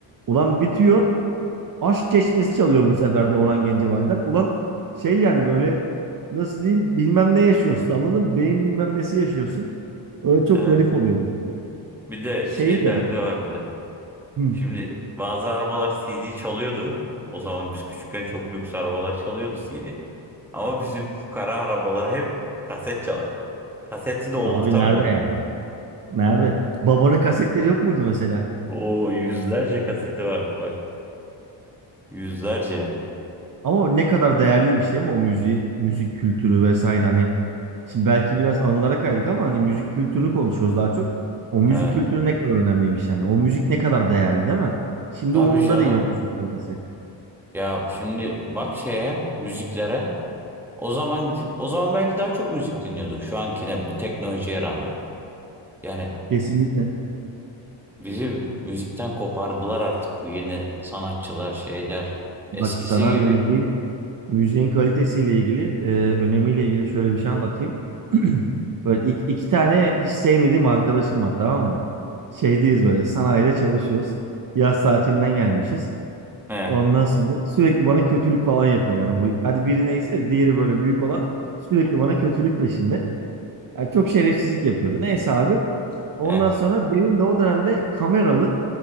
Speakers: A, on the right (about 45°); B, in the centre.
A: Ulan bitiyor. Aşk Çeşmesi çalıyor bu sefer de Orhan Gencebay'dan. Ulan şey yani böyle nasıl diyeyim bilmem ne yaşıyorsun anladın mı? Beyin bilmem nesi yaşıyorsun. Öyle çok
B: Evet.
A: garip oluyordu.
B: Bir de
A: Şey
B: şey
A: de
B: derdi
A: bak.
B: vardı.
A: Hı.
B: Şimdi bazı arabalar CD çalıyordu. O zaman biz küçükken çok lüks arabalar çalıyordu CD. Ama bizim fukara arabalar hep kaset çalar. Kaseti doldurtamıyordun.
A: Abi nerede ya? Nerede? Babanın kasetleri yok muydu mesela?
B: O yüzlerce kaseti vardı bak. Yüzlerce.
A: Ama ne kadar değerliymiş değil mi o müziği, müzik kültürü vesaire hani. Şimdi belki biraz anılara kaydık ama hani müzik kültürünü konuşuyoruz daha çok. O müzik
B: Evet.
A: kültürü ne kadar önemliymiş yani. O müzik ne kadar değerli değil mi? Şimdi
B: Tabii
A: umurunda
B: canım.
A: değil o müzik kalitesi.
B: Ya şimdi bak şeye, müziklere. O zaman o zaman belki daha çok müzik dinliyorduk şu ankine bu teknolojiye rağmen. Yani
A: Kesinlikle.
B: bizi müzikten kopardılar artık bu yeni sanatçılar, şeyler.
A: Bak
B: Eskisi
A: sana
B: gibi
A: müziğin müziğin kalitesiyle ilgili, e, önemiyle ilgili şöyle bir şey anlatayım. <clears throat> Böyle iki, iki tane hiç sevmediğim arkadaşım var tamam mı? Şeydeyiz böyle sanayide çalışıyoruz. Yaz tatilinden gelmişiz.
B: Eh,
A: Ondan sonra sürekli bana kötülük falan yapıyor yani bu. Hadi biri neyse diğeri böyle büyük olan sürekli bana kötülük peşinde. Yani çok şerefsizlik yapıyordu. Neyse abi. Ondan
B: eh,
A: sonra benim de o dönemde kameralı